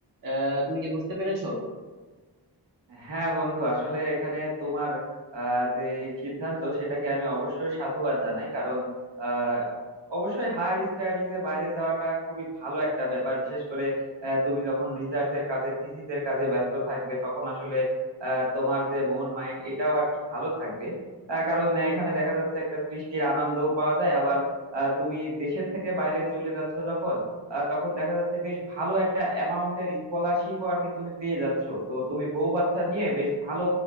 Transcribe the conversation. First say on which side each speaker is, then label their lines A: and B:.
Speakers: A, on the right (about 50°); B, on the right (about 75°).
A: আহ তুমি কি বুঝতে পেরেছো
B: হ্যাঁ বন্ধু আসলে এখানে তোমার আহ, যে এই সিদ্ধান্ত সেটাকে আমি অবশ্যই সাধুবাদ জানাই কারণ আহ, অবশ্যই হায়ার স্টাডিজে বাইরে যাওয়াটা খুবই ভালো একটা ব্যাপার বিশেষ করে আহ, তুমি যখন রিসার্চের কাজে থিসিসের কাজে ব্যস্ত থাকবে তখন আসলে আহ, তোমার যে মন মাইন্ড এটাও আর কি ভালো থাকবে আহ, কারণ এখানে দেখা যাচ্ছে একটা সৃষ্টির আনন্দও পাওয়া যায় আবার আহ, তুমি দেশের থেকে বাইরে চলে যাচ্ছ যখন আহ তখন দেখা যাচ্ছে বেশ ভালো একটা অ্যামাউন্টের স্কলারশিপও আর কি তুমি পেয়ে যাচ্ছ তো তুমি বউ বাচ্চা নিয়ে বেশ ভালো